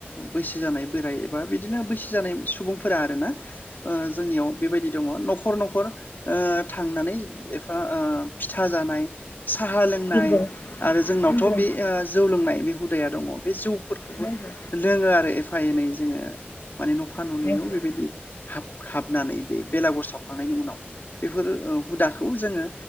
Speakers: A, on the left; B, on the left.
A: बैसो जानाय बोराइ एबा बिदिनो बैसो जानाय सुबुंफोरा आरोना ओ जोंनियाव बेबायदि दङ न'खर न'खर ओ थांनानै एफा फिथा जानाय साहा लोंनाय
B: नंगौ
A: आरो जोंनावथ'
B: नंगौ
A: बे ओ जौ लोंनाय बे हुदाया दङ बे जौ फोरखौबो
B: नंगौ
A: लोङो आरो एफा एनै जोङो माने न'फा न'नैआव
B: नंगौ
A: बेबायदि हाब हाबनानै बे बेलागुर सावखांनायनि उनाव बेफोर औ हुदाखौ जोङो